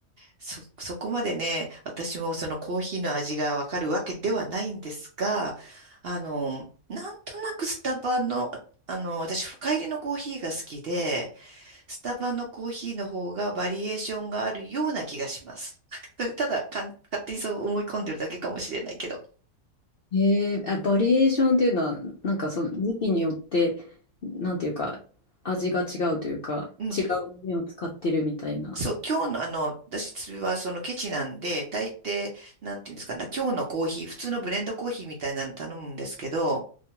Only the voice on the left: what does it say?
えー、あ、バリエーションっていうのは、なんかその時期によって、なんていうか、味が違うというか、
違う豆を使ってるみたいな。